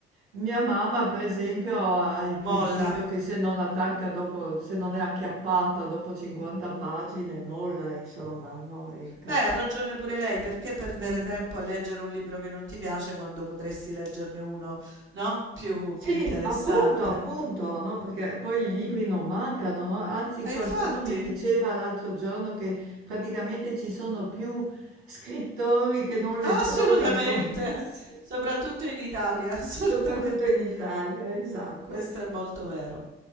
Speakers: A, on the right; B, on the right.
A: Mia mamma, per esempio, ha il
B: Molla.
A: principio che se non attacca dopo, se non è acchiappata dopo 50 pagine, molla, insomma, no? Ecco.
B: Beh, ha ragione pure lei, perché perdere
A: Mm.
B: tempo a leggere un libro che non ti piace quando potresti leggerne uno, no? Più,
A: Sì,
B: più interessante.
A: appunto, appunto, no? Perché poi i libri non mancano, no? Anzi,
B: E
A: qualcuno
B: infatti,
A: mi diceva l'altro giorno che praticamente ci sono più scrittori che non lettori,
B: assolutamente,
A: insomma, <laughs> sì,
B: <laughs> soprattutto in Italia, <laughs> assolutamente.
A: soprattutto in Italia, esatto.
B: Questo è molto vero.